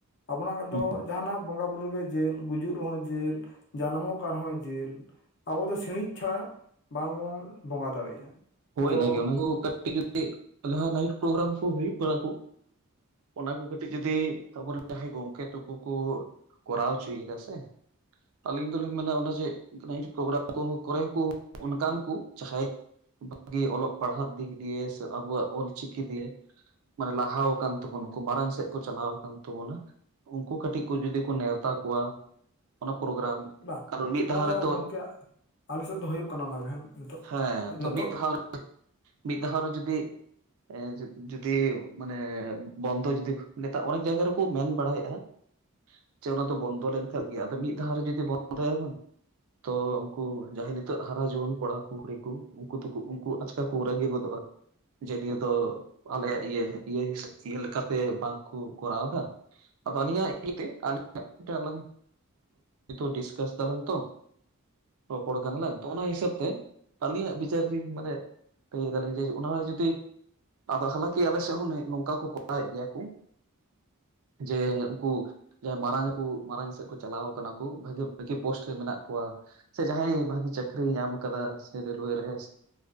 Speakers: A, on the left (about 50°); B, on the right (about 65°).
A: ᱟᱵᱚᱱᱟᱜ ᱫᱚ
B: ᱦᱩᱸ
A: ᱡᱟᱦᱱᱟᱜ ᱵᱚᱸᱜᱟ ᱵᱩ ᱩᱱᱜᱮ ᱡᱮᱞ ᱜᱩᱡᱩᱜ ᱨᱮᱦᱚᱸ ᱡᱮᱞ ᱡᱟᱱᱟᱢᱚᱜ ᱠᱟᱱ ᱨᱮᱦᱚᱸᱭ ᱡᱮᱞ, ᱟᱵᱚ ᱫᱚ ᱥᱤᱬᱤᱡ ᱪᱷᱟᱲᱟ ᱵᱟᱝᱵᱚᱱ ᱵᱚᱸᱜᱟ ᱫᱟᱲᱮᱭᱟᱜᱼᱟ।
B: ᱦᱳᱭ
A: ᱛᱚ
B: ᱚᱱᱟᱜᱮ ᱚᱱᱟ ᱠᱚ ᱠᱟᱹᱴᱤᱡ ᱡᱩᱫᱤ ᱡᱟᱦᱟᱸ ᱱᱟᱭᱤᱴ ᱯᱨᱳᱜᱨᱟᱢ ᱠᱩ ᱦᱩᱭᱩᱜ ᱠᱟᱱᱟ ᱠᱩ, ᱚᱱᱟ ᱠᱚ ᱠᱟᱹᱴᱤᱡ ᱡᱚᱫᱤ ᱟᱵᱚᱨᱮᱱ ᱡᱟᱦᱟᱸᱭ ᱜᱚᱢᱠᱮ ᱛᱟᱠᱚ ᱠᱚ ᱠᱚᱨᱟᱣ ᱦᱚᱪᱚᱭᱮᱫᱟ ᱥᱮ, ᱟᱹᱞᱤᱧ ᱫᱚᱞᱤᱧ ᱢᱮᱱᱟ ᱚᱱᱟ ᱡᱮ ᱠᱟᱺᱡ ᱠᱳᱵᱨᱟ ᱠᱚᱦᱚᱸ ᱠᱚᱨᱮ ᱜᱮ ᱠᱩ ᱚᱱᱠᱟᱱ ᱠᱩ ᱡᱟᱦᱟᱸᱭ, ᱵᱷᱟᱜᱤ ᱚᱞᱚᱜ ᱯᱟᱲᱦᱟᱜ ᱫᱤᱠ ᱫᱤᱭᱮ ᱥᱮ ᱟᱵᱚᱣᱟᱜ ᱚᱞᱪᱤᱠᱤ ᱫᱤᱭᱮ, ᱢᱟᱱᱮ ᱞᱟᱦᱟᱣ ᱟᱠᱟᱱ ᱛᱟᱵᱚᱱᱟᱠᱚ ᱢᱟᱲᱟᱝ ᱥᱮᱫ ᱠᱚ ᱪᱟᱞᱟᱣ ᱟᱠᱟᱱ ᱛᱟᱵᱚᱱᱟ ᱩᱱᱠᱩ ᱠᱟᱹᱴᱤᱡ ᱠᱚ ᱡᱩᱫᱤ ᱠᱚ ᱱᱮᱣᱛᱟ ᱠᱚᱣᱟ ᱚᱱᱟ ᱯᱨᱳᱜᱨᱟᱢ,
A: ᱵᱟ
B: ᱠᱟᱨᱚᱱ ᱢᱤᱫ
A: ᱚᱱᱟ
B: ᱫᱷᱟᱣ
A: ᱫᱚ
B: ᱨᱮᱛᱚ
A: ᱜᱚᱢᱠᱮ ᱟᱞᱮ ᱥᱮᱫ ᱫᱚ ᱦᱩᱭᱩᱜ ᱠᱟᱱᱟ ᱚᱱᱟᱜᱮ ᱦᱮᱸ
B: ᱦᱮᱸ ᱛᱚ
A: ᱱᱤᱛᱳᱜ
B: ᱢᱤᱫ ᱫᱷᱟᱣ ᱨᱮ ᱢᱤᱫ ᱫᱷᱟᱣ ᱨᱮ ᱡᱩᱫᱤ, ᱮᱸ ᱡᱩᱫᱤ ᱢᱟᱱᱮ ᱵᱚᱱᱫᱚ ᱡᱩᱫᱤ ᱱᱮᱛᱟᱨ ᱚᱱᱮᱠ ᱡᱟᱭᱜᱟ ᱨᱮᱠᱚ ᱢᱮᱱ ᱵᱟᱲᱟᱭᱮᱜᱼᱟ,
A: <unintelligible>
B: ᱡᱮ ᱚᱱᱟ ᱫᱚ ᱵᱚᱱᱫᱚ ᱞᱮᱱᱠᱷᱟᱱ ᱜᱮ ᱟᱫᱚ ᱢᱤᱫ ᱫᱷᱟᱣ ᱨᱮ ᱡᱩᱫᱤ ᱵᱚᱱᱫᱚᱭᱟᱭ ᱵᱟᱝ, ᱛᱚ ᱩᱱᱠᱩ ᱡᱟᱦᱟᱸᱭ ᱱᱤᱛᱚᱜ ᱦᱟᱨᱟ ᱡᱩᱣᱟᱹᱱ ᱠᱚᱲᱟᱠᱩ ᱠᱩᱲᱤ ᱠᱩ, ᱩᱱᱠᱩ ᱫᱚᱠᱩ ᱩᱱᱠᱩ ᱟᱪᱠᱟ ᱠᱚ ᱨᱟᱹᱜᱤ ᱜᱚᱫᱚᱜᱼᱟ। ᱡᱮ ᱱᱤᱭᱟᱹ ᱫᱚ ᱟᱞᱮᱭᱟᱜ ᱤᱭᱟᱹ ᱤᱭᱟᱹ ᱤᱭᱟᱹ ᱞᱮᱠᱟᱛᱮ ᱵᱟᱝ, ᱠᱚ ᱠᱚᱨᱟᱣ ᱫᱟ, ᱟᱫᱚ ᱟᱹᱞᱤᱧᱟᱜ ᱤᱭᱟᱹᱭ ᱛᱮ ᱟᱞᱤᱧ <inaudible> ᱰᱤᱥᱠᱟᱥ ᱫᱟᱞᱟᱝ ᱛᱚ, ᱨᱚᱯᱚᱲ ᱠᱟᱱᱟ ᱞᱟᱝ ᱛᱚ ᱚᱱᱟ ᱦᱤᱥᱟᱹᱵ ᱛᱮ ᱟᱹᱞᱤᱧᱟᱜ ᱵᱤ ᱡᱟᱹᱨᱨᱤ ᱢᱟᱱᱮ ᱞᱟᱹᱭ ᱫᱟᱞᱤᱧ ᱡᱮ ᱚᱱᱟ ᱦᱚᱸ ᱡᱩᱫᱤ, ᱟᱫᱚ ᱦᱟᱞᱟᱠᱤ ᱟᱞᱮ ᱥᱮᱫ ᱦᱚᱸ ᱱᱚᱝᱠᱟ ᱠᱚ ᱠᱚᱨᱟᱣᱮᱫ ᱜᱮᱭᱟ ᱠᱩ, ᱡᱮ ᱩᱱᱠᱩ ᱡᱟᱦᱟᱸᱭ ᱢᱟᱨᱟᱝ ᱠᱚ ᱢᱟᱸᱲᱟᱝ ᱥᱮᱫ ᱠᱚ ᱪᱟᱞᱟᱣ ᱠᱟᱱᱟ ᱠᱚ ᱵᱷᱟᱜᱤ ᱵᱷᱟᱜᱤ, ᱯᱳᱥᱴ ᱨᱮ ᱢᱮᱱᱟᱜ ᱠᱚᱣᱟ ᱥᱮ ᱡᱟᱦᱟᱸᱭ ᱵᱷᱟᱹᱜᱤ ᱪᱟᱹᱠᱨᱤᱭ ᱧᱟᱢ ᱠᱟᱫᱟ ᱥᱮ ᱨᱮᱹᱞᱣᱮ ᱨᱮ,